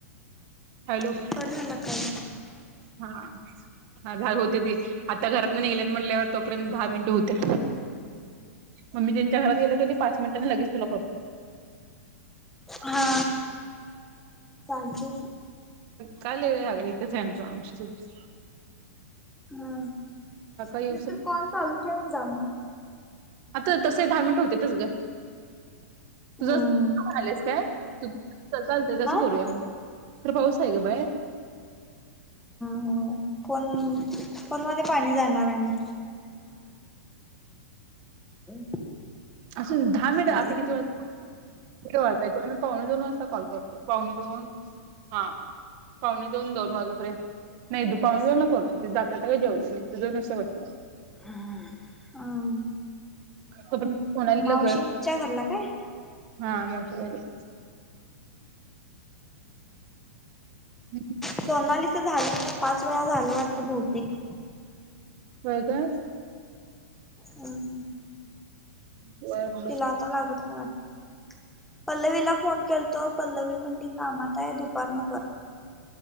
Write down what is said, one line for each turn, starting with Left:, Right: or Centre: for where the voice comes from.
Right: हॅलो हा.
Centre: कट झाला कॉल
Right: हा. आज हाल होते बाई. आता घरात ना निघालेत म्हणल्यावर तोपर्यंत दहा मिनिट होतात. मम्मी त्यानंच्या घरात गेले का. पाच मिनिटांनी लगेच तुला का
Centre: हा चालतंय की.
Right: काल वेळ लागली इथेच आय आमच्या मावशीच् घर
Centre: हा नाही
Right: येऊस
Centre: तर कॉल चालू ठेवून जा मग
Right: आता तसे दहा मिनट होतेच ग तुझं
Centre: हम्म
Right: आलेस काय तू सांगते तसं
Centre: आ हा
Right: करूया मग खर पाऊस आहे ग बाहेर
Centre: होय. फोन फोन मध्ये पाणी जाणार आणि <unintelligible>
Right: असून दहा मिनिट
Centre: जाईल.
Right: आता किती वाज कि वाजताय पावणे दोन वाजता कॉल करतो पावणे दोन हा पावणे दोन दोन वाजेपर्यंत नाही तू पावने दोन ला कॉल करतीस जातात जेवले मी <unintelligible>
Centre: ह अम
Right: <unintelligible>
Centre: मावशींच्या
Right: कर
Centre: घरला काय
Right: हा मावशी घरी हम्
Centre: सोनालीच झालं या पाच वेळा झालं वाटत भौतेिक
Right: काय काय
Centre: हम्
Right: बर बर
Centre: तिला आता लागत ना वाटत पल्लवीला फोन केलतो पल्लवी म्हणली कामत आहे दुपारन कर.